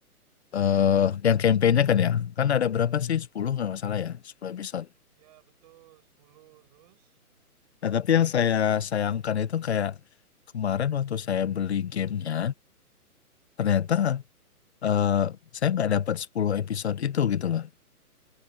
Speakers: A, on the left; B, on the right.
A: eh yang campaign-nya kan ya, kan ada berapa sih? sepuluh nggak masalah ya, 10 episode.
B: Ya betul 10 terus.
A: Nah, tapi yang saya sayangkan itu kayak kemarin waktu saya beli gamenya, ternyata eh, saya nggak dapat 10 episode itu gitu loh.